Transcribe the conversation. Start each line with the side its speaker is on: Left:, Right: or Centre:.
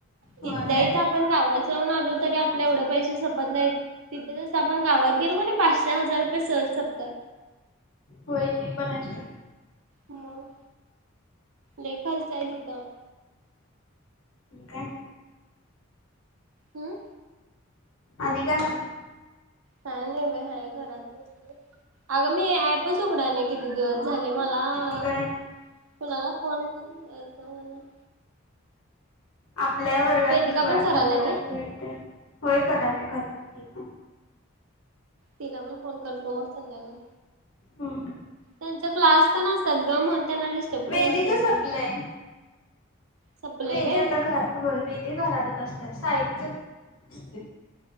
Left: होय
Right: इथल्या इथ आपण गावात जाऊन आलो तरी आपल्या एवढे पैसे संपत नाही. तिथे जस आपण गावात गेलो की नाय पाचशे हजार रुपये सहज संपत्यात.
Left: होय ते पण सोड.
Right: मग लय खर्च आहे तिथं.
Left: काय?
Right: हम.
Left: आणि काय म्हटलं?
Right: का नाही बाई हाय घरात बसलोय. अग मी ऍपच उघडा नाही किती दिवस झाले मला
Left: ते काय
Right: तुनाला फोन करून <unintelligible>
Left: आपल्या वर्गातली
Right: वेदिका
Left: क्लासमधली
Right: पण करायल्या व्हय
Left: तर भेटते होय कराले कराले. ती पण
Right: तिला पण फोन करतो मग संध्याकाळी.
Left: हम्म.
Right: त्यांचा क्लास तेन असतात गं म्हूणून त्यांना डिस्टर्ब
Left: वेदीच
Right: करू वाटत नाही.
Left: सपलंय
Right: सपलय
Left: वेदी
Right: व्हय
Left: आता घर वेदी घरातच असत्या सायलीच असते.